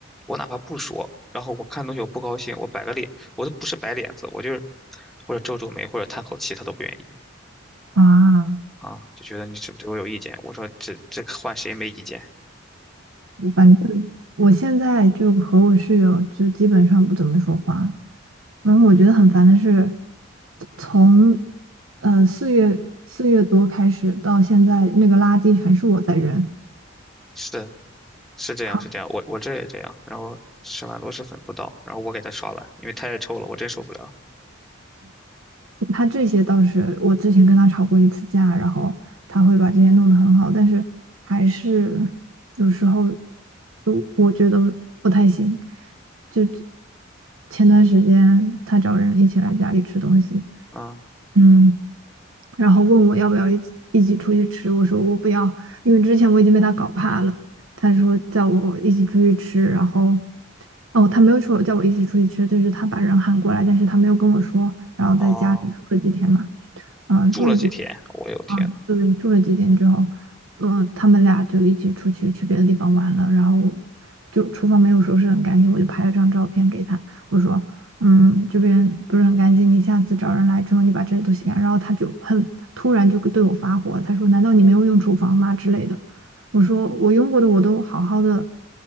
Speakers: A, in the centre; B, on the right (about 80°).
A: 我哪怕不说，然后我看东西我不高兴，我摆个脸，我都不是摆脸子，我就是或者皱皱眉或者叹口气，她都不愿意
B: 啊，
A: 啊，就觉得你是不是对我有意见？我说这这换谁没意见？
B: 我反正我现在就和我室友就基本上不怎么说话。反正我觉得很烦的是，从呃四月四月多开始到现在，那个垃圾全是我在扔。
A: 是是这样是这样，
B: 好，
A: 我我这也这样，然后吃完螺蛳粉不倒，然后我给她刷碗，因为太臭了，我真受不了
B: 他这些倒是我之前跟他吵过一次架，然后他会把这些弄得很好，但是还是有时候就我觉得不太行。就前段时间他找人一起来家里吃东西，
A: 啊。
B: 嗯。然后问我要不要一起一起出去吃，我说我不要，因为之前我已经被他搞怕了。他说叫我一起出去吃，然后，哦，他没有说叫我一起出去吃，就是他把人喊过来，但是他没有跟我说，然后在家里住了几天嘛，
A: 哦，
B: 嗯、
A: 住了几天，
B: 住了几，
A: 我有天呐，
B: 嗯，对，住了几天之后，嗯、他们俩就一起出去去别的地方玩了，然后就厨房没有收拾很干净，我就拍了张照片给他，我说嗯，这边不是很干净，你下次找人来之后，你把这些都洗干净。然后他就很突然就对我发火了，他说：“难道你没有用厨房吗？”之类的。我说：“我用过的我都好好的，